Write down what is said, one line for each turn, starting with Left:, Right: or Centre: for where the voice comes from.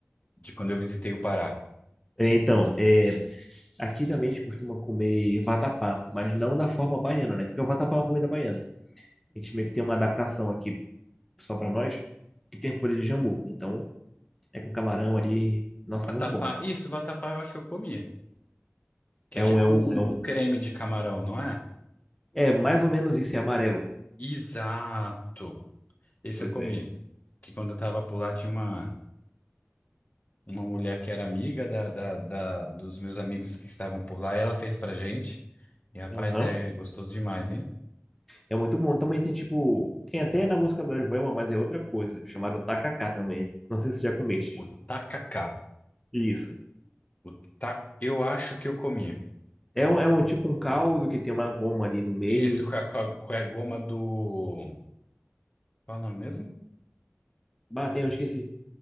Left: de quando eu visitei o Pará.
Centre: É, Então, é, aqui também a gente costuma comer vatapá, mas não da forma baiana, né? Porque o vatapá é uma comida baiana. A gente meio que tem uma adaptação aqui só para nós, que tem folha de jambu. Então, é com camarão ali. Nossa,
Left: Vatapá,
Centre: muito bom.
Left: isso, vatapá eu acho que eu comi, que
Centre: É
Left: é tipo
Centre: um, é um,
Left: um,
Centre: é um.
Left: um creme de camarão, não é?
Centre: É mais ou menos isso, é amarelo.
Left: Exato, esse
Centre: Pois
Left: eu comi,
Centre: é.
Left: que quando eu tava por lá tinha uma uma mulher que era amiga da, da, da- dos meus amigos que estavam por lá, e ela fez pra gente. E rapaz,
Centre: Aham.
Left: é gostoso demais, hein?
Centre: É muito bom. Também tem tipo. Tem até na música das Boemas, mas é outra coisa, chamado tacacá também. Não sei se já comeste.
Left: O tacacá.
Centre: Isso.
Left: O ta... Eu acho que eu comi.
Centre: É um, é um tipo um caldo que tem uma goma ali no meio.
Left: Isso, com a, com a, com a goma do. Qual é o nome mesmo?
Centre: Bateu, eu esqueci.